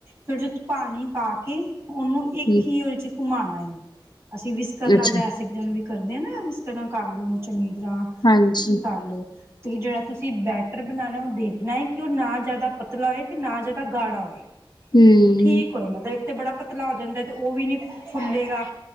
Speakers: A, on the right; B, on the left.
A: ਫਿਰ ਜਦੋਂ ਪਾਣੀ ਪਾ ਕੇ, ਉਹਨੂੰ ਇੱਕ
B: ਹੂੰ
A: ਹੀ ਉਹਦੇ ਚ। ਘੁਮਾਣਾ ਹੈ ਅਸੀਂ ਵਿਸਕਸਰ ਨਾਲ
B: ਅੱਛਾ
A: ਲੈ ਸਕਦੇ ਹਾਂ, ਵਿ ਕਰਦੇ ਹਾਂ ਨਾ, ਵਿਕਸਰ ਨਾਲ ਕਰ ਲਓ ਓਹਨੂੰ ਚੰਗੀ ਤਰ੍ਹਾਂ।
B: ਹਾਂਜੀ
A: ਤਲ ਲੋ। ਤੇ ਜਿਹੜਾ ਤੁਸੀਂ ਬੈਟਰ ਬਣਾਨਾ, ਉਹ ਦੇਖਣਾ ਹੈ ਕਿ ਉਹ ਨਾ ਜ਼ਿਆਦਾ ਪਤਲਾ ਹੋਏ ਅਤੇ ਨਾ ਜ਼ਿਆਦਾ ਗਾੜਾ ਹੋਏ। <unintelligible>
B: <unintelligible>
A: ਠੀਕ ਹੋਏ ਮਤਲਬ ਇਕ ਤਾਂ ਬੜਾ ਪਤਲਾ ਹੋ ਜਾਂਦਾ ਹੈ, ਉਹ ਵੀ ਨਹੀਂ ਫੁੱਲੇਗਾ।